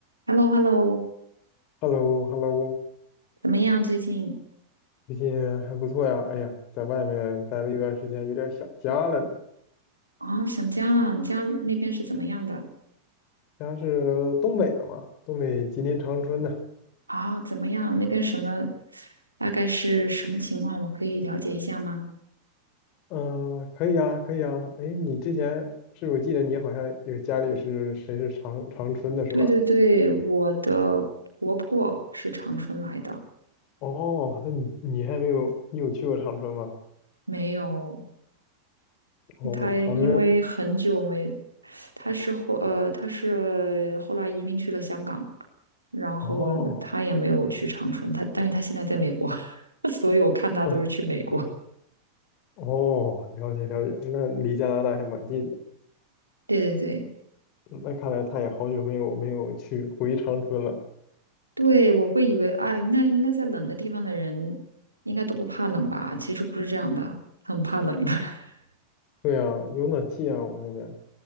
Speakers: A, on the right; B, on the left.
A: h e l l o h e l l o
B: h e l l o h e l l o
A: 怎么样？最近
B: 最近还不错呀。哎呀，在外面待了一段时间，有点想家了呢。
A: 啊，想家了。你家那边是怎么样的？
B: 家是东北的嘛，东北吉林长春的。
A: 啊？怎么样？那边什么？大概是什么情况？我可以了解一下吗？
B: 嗯、可以啊，可以啊。哎，你之前是我记得你好像有家里是谁是长长春的是吧？
A: 对对对，我的婆婆是长春来的，
B: 哦，那你你还没有，你有去过长春吗？
A: 没有，
B: 哦，
A: 她因为很久没，
B: 长春。
A: 她是后呃，她是后来移民去了香港，然后我她也没有去长春，
B: 哦，
A: 她但是她现在在美国，<laughs> 所以我看她都是去美国。
B: 哎，哦，了解了解，那离加拿大还蛮近的。
A: 对对对。
B: 那看来他也好久没有没有去回长春了。
A: 对，我会以为，哎，那应该在冷的地方的人应该都不怕冷吧？其实不是这样的，很怕冷的。<laughs>
B: 对啊，有暖气啊，我们那边。